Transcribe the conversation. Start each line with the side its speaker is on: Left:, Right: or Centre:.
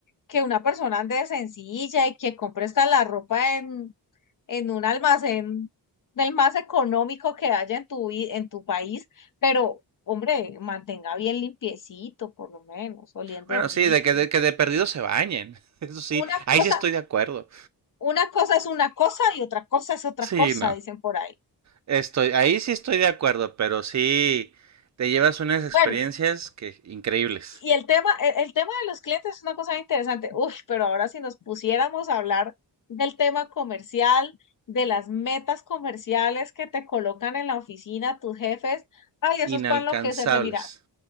Left: que una persona ande sencilla y que compre hasta la ropa en, en un almacén del más económico que haya en tu, vi- en tu país, pero, hombre, mantenga bien limpiecito, por lo menos, oliendo
Right: Bueno,
Left: rico.
Right: sí, de que de, que de perdido se bañen, <laughs> eso sí,
Left: Una
Right: ahí
Left: cosa,
Right: sí estoy de acuerdo.
Left: una cosa es una cosa y otra cosa es otra
Right: Sí,
Left: cosa,
Right: no.
Left: dicen por ahí.
Right: Estoy, ahí sí estoy de acuerdo, pero sí te llevas unas experiencias
Left: Bueno,
Right: que increíbles,
Left: Y el tema, el, el tema de los clientes es una cosa bien interesante. Uf, pero ahora si nos pusiéramos a hablar del tema comercial, de las metas comerciales que te colocan en la oficina tus jefes, ay, eso
Right: inalcanzables.
Left: es para enloquecerse. Mira,